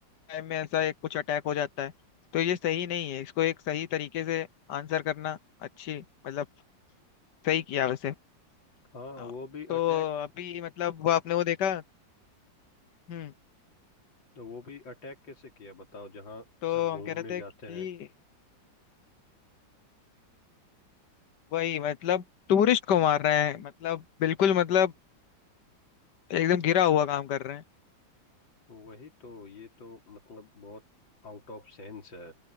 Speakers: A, on the left; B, on the left.
A: time में ऐसा एक कुछ अटैक हो जाता है तो ये सही नहीं है इसको एक सही तरीके से आंसर करना अच्छी मतलब सही किया वैसे
B: हाँ
A: हाँ।
B: वो भी
A: तो
B: अटैक
A: अभी मतलब वो आपने वो देखा हम्म
B: वो भी अटैक कैसे किया बताओ जहाँ
A: तो
B: सब
A: हम
B: घूमने
A: कह रहे थे
B: जाते
A: कि
B: हैं
A: वही मतलब टूरिस्ट को मार रहे हैं मतलब बिल्कुल मतलब एकदम गिरा हुआ काम कर रहे हैं
B: वही तो ये तो मतलब बहुत आउट ऑफ सेंस है